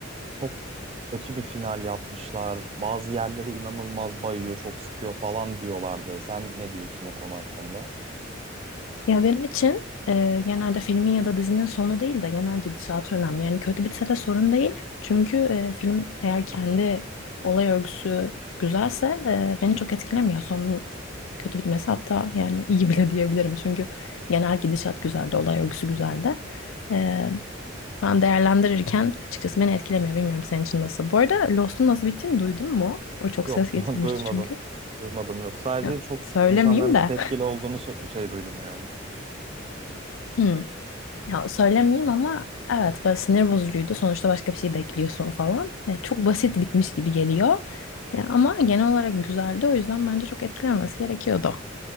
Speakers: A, on the right; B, on the left.
A: çok kötü bir final yapmışlar. Bazı yerleri inanılmaz bayıyor, çok sıkıyor falan diyorlardı. Sen ne diyorsun o konu hakkında?
B: Ya benim için e, genelde filmin ya da dizinin sonu değil de genel gidişatı önemli. Yani kötü bitse de sorun değil. Çünkü e, film eğer kendi olay örgüsü güzelse e, beni çok etkilemiyor. Sonun kötü bitmesi hatta yani iyi bile <laughs> diyebilirim. Çünkü genel gidişat güzeldi, olay örgüsü güzeldi. E, ben değerlendirirken açıkçası beni etkilemiyor. Bilmiyorum senin için nasıl. Bu arada Lost'un nasıl bittiğini duydun mu? O çok
A: Yok,
B: ses getirmişti
A: <laughs> duymadım.
B: çünkü.
A: Duymadım yok. Sadece
B: Ya,
A: çok
B: söylemeyeyim
A: insanların
B: de.
A: tepkili olduğunu sö- şey duydum yani.
B: <laughs> <clears throat> Ya söylemeyeyim ama evet böyle sinir bozucuydu. Sonuçta başka bir şey bekliyorsun falan. E, çok basit bitmiş gibi geliyor. Ya, ama genel olarak güzeldi. O yüzden bence çok etkilenmesi gerekiyordu.